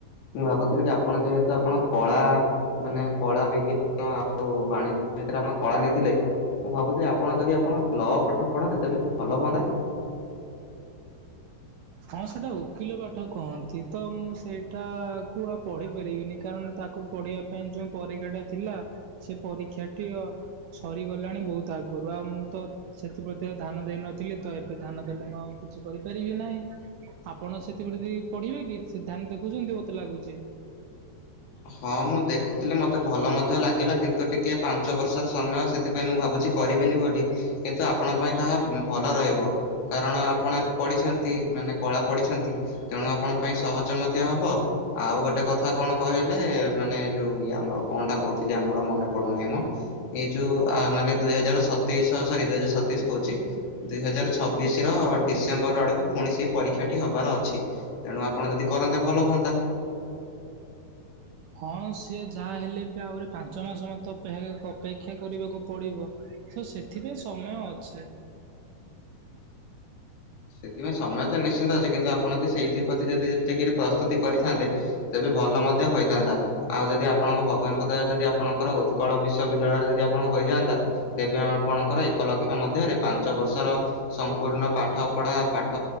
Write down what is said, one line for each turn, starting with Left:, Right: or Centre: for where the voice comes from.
Left: ମୁଁ ଭାବୁଥିଲି କି ଆପଣ ଯେହେତୁ ଆପଣ କଳା ମାନେ କଳା ବିଜ୍ଞାନ ଆଉ ବାଣିଜ୍ୟ ଭିତରେ ଆପଣ କଳା ନେଇଥିଲେ। ମୁଁ ଭାବୁଥିଲି ଆପଣ ଯଦି ଆପଣ ଲ ପାଠ ପଢନ୍ତି ତେବେ ଭଲ ହୁଅନ୍ତା।
Right: ହଁ ସେଇଟା ଓକିଲ ପାଠ କହନ୍ତି ତ ମୁଁ ସେଇଟା କୁ ଆଉ ପଢି ପାରିବିନି। କାରଣ ତାକୁ ପଢିବା ପାଇଁ ଯୋଉ ପରୀକ୍ଷା ଟା ଥିଲା ସେ ପରୀକ୍ଷାଟି ସରିଗଲାଣି ବହୁତ ଆଗରୁ। ଆଉ ମୁଁ ତ ସେଥିପ୍ରତି ଆଉ ଧାନ ଦେଇନଥିଲି, ତ ଏବେ ଧାନ ଦେଲୁ ମୁଁ ଆଉ କିଛି କରିପାରିବି ନାହିଁ। ଆପଣ ସେଥି ଗୋଟେ ରେଇ ପଢ଼ିବେ କି ସେ ଧ୍ୟାନ୍ ଦେଖୁଚନ୍ତି ମତେ ଲାଗୁଚି।
Left: ହଁ ମୁଁ ଦେଖୁଥିଲି ମତେ ଭଲ ମଧ୍ୟ ଲାଗିଲା କିନ୍ତୁ ଟିକେ ପାଞ୍ଚ ବର୍ଷର ସମୟ ସେଥିପାଇଁ ମୁଁ ଭାବୁଚି କରିବିନି ବୋଲି କିନ୍ତୁ ଆପଣଙ୍କ ପାଇଁ ତାହା ଭଲ ରହିବ। କାରଣ ଆପଣ ଏବେ ପଢ଼ିଛନ୍ତି ମାନେ କଳା ପଢ଼ିଛନ୍ତି। ତେଣୁ ଆପଣଙ୍କ ପାଇଁ ସହଜ ମଧ୍ୟ ହବ ଆଉ ଗୋଟେ କଥା କଣ କହିଲେ ମାନେ ଯୋଉ ଇଏ ଆମର କଣଟା କହୁଥିଲି ଆମର ମନେ ପଡୁନେଇ ମ ଏଇ ଯୋଉ ଆ ମାନେ ଦୁଇ ହଜାର ସତେଇଶ ସରି ଦୁଇ ହଜାର ସତେଇଶ କହୁଚି ଦୁଇ ହଜାର ଛବିଶର ଡିସେମ୍ବର୍ ଆଡ଼ୁକୁ ଫୁଣି ସେଇ ପରୀକ୍ଷାଟି ହବାର ଅଛି। ତେଣୁ ଆପଣ ଯଦି କରନ୍ତେ ଭଲ ହୁଅନ୍ତା।
Right: ହଁ ସିଏ ଯାହା ହେଲେ ବି ଆହୁରି ପାଞ୍ଚ ମାସ ମତେ ଅପେକ୍ଷା କ ଅପେକ୍ଷା କରିବାକୁ ପଡ଼ିବ। ସ ସେଥିପାଇଁ ସମୟ ଅଛି।
Left: ସେଥିପାଇଁ ସମୟ ତ ନିଶ୍ଚିନ୍ତ ଅଛି କିନ୍ତୁ ଆପଣ ଦି ସେଇଥିପ୍ରତି ଯଦି ଯେତିକିରେ ପ୍ରସ୍ତୁତି କରିଥାନ୍ତେ ତେବେ ଭଲ ମଧ୍ୟ ହୋଇଥାନ୍ତା। ଆଉ ଯଦି ଆପଣଙ୍କ ଭଗବାନଙ୍କ ଦୟାରୁ ଯଦି ଆପଣଙ୍କର ଉତ୍କଳ ବିଶ୍ୱବିଦ୍ୟାଳୟରେ ଯଦି ଆପଣଙ୍କୁ ହୋଇଯାଆନ୍ତା ତେବେ ଆଉ ଆପଣଙ୍କର ଏକ ଲକ୍ଷ ମଧ୍ୟରେ ପାଞ୍ଚ ବର୍ଷର ସମ୍ପୂର୍ଣ୍ଣ ପାଠ ପଢ଼ା ପାଠ